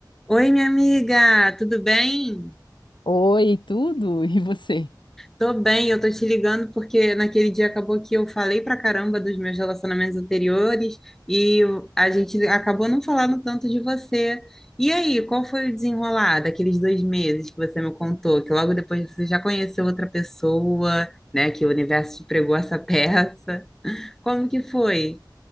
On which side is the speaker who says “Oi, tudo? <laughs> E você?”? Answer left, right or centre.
Left